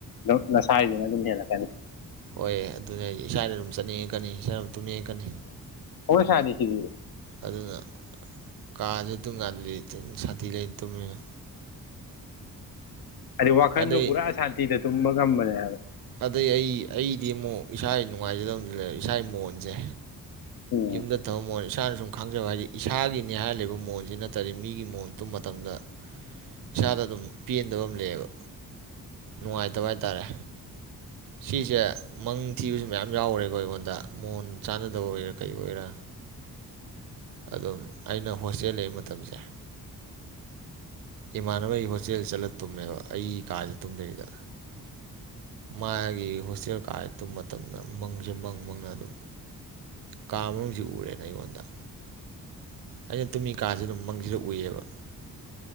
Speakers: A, on the left; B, on the right.
A: ꯅ ꯅꯁꯥꯏꯗꯨꯅ ꯑꯗꯨꯝ ꯍꯦꯜꯂꯛꯀꯅꯤ
B: ꯍꯣꯏꯑꯦ ꯑꯗꯨꯅꯤ ꯍꯥꯏꯁꯦ ꯏꯁꯥꯒꯤ ꯔꯨꯝ ꯆꯠꯅꯤꯡꯉꯀꯅꯤ ꯏꯁꯥ ꯔꯨ ꯇꯨꯝꯅꯤꯡꯉꯛꯀꯅꯤ
A: ꯑꯣ ꯁꯥꯗꯦꯁꯤꯁꯨ
B: ꯑꯗꯨꯅ ꯀꯥꯁꯤ ꯑꯗꯨꯝ ꯀꯥꯟꯗꯤ ꯁꯇꯤ ꯂꯩ ꯇꯕꯃꯤꯅ
A: ꯑꯗꯤ ꯋꯥꯈꯟꯗꯣ
B: ꯑꯗꯩ
A: ꯄꯨꯔꯥ ꯁꯥꯟꯇꯤꯗ ꯇꯨꯝꯕ ꯉꯝꯕꯅꯦꯕ
B: ꯑꯗꯩ ꯑꯩ ꯑꯩꯗꯤ ꯑꯃꯨꯛ ꯏꯁꯥꯒꯤ ꯅꯨꯡꯉꯥꯏꯖꯗꯕꯁꯨ ꯂꯩ ꯏꯁꯥꯒꯤ ꯃꯣꯟꯁꯦ
A: ꯎꯝ
B: ꯌꯨꯝꯗꯣ ꯊꯃꯣꯜ ꯏꯁꯥꯅ ꯁꯨꯝ ꯈꯪꯖꯕ ꯍꯥꯏꯗꯤ ꯏꯁꯥꯒꯤꯅꯤ ꯍꯥꯏꯔꯤꯕꯕ ꯃꯣꯟꯁꯤ ꯅꯠꯇ꯭ꯔꯗꯤ ꯃꯤꯒꯤ ꯃꯣꯟ ꯇꯨꯝ ꯃꯇꯝꯗ ꯏꯁꯥꯗ ꯑꯗꯨꯝ ꯄꯦꯟꯗꯕ ꯑꯃ ꯂꯩꯌꯦꯕ ꯅꯨꯡꯉꯥꯏꯇꯕ ꯍꯥꯏꯇꯥꯔꯦ ꯁꯤꯁꯦ ꯃꯪ ꯊꯤꯕꯁꯨ ꯃꯌꯥꯝ ꯌꯥꯎꯔꯦꯀꯣ ꯑꯩꯉꯣꯟꯗ ꯃꯣꯟ ꯆꯥꯟꯅꯗꯕ ꯑꯣꯏꯒꯔꯥ ꯀ ꯑꯣꯏꯒꯦꯔꯥ ꯑꯗꯨꯝ ꯑꯩꯅ ꯍꯣꯁꯇꯦꯜ ꯂꯩꯕ ꯃꯇꯝꯁꯦ ꯏꯃꯥꯟꯅꯕꯒꯤ ꯍꯣꯁꯇꯦꯜ ꯆꯠꯂ ꯇꯨꯝꯃꯦꯕ ꯑꯩ ꯀꯥꯁꯦ ꯇꯨꯝꯗꯣꯏꯔꯤꯗ ꯃꯥꯒꯤ ꯍꯣꯁꯇꯦꯜ ꯀꯥꯁꯦ ꯇꯨꯝꯕ ꯃꯇꯝꯗ ꯃꯪꯁꯦ ꯃꯪ ꯃꯪꯅ ꯑꯗꯨꯝ ꯀꯥ ꯃꯅꯨꯡꯁꯤ ꯎꯔꯦꯅ ꯑꯩꯉꯣꯟꯗ ꯑꯩ ꯇꯨꯃꯤꯀꯥꯥꯁꯦ ꯑꯗꯨꯝ ꯃꯪꯁꯤꯗ ꯎꯏꯌꯦꯕ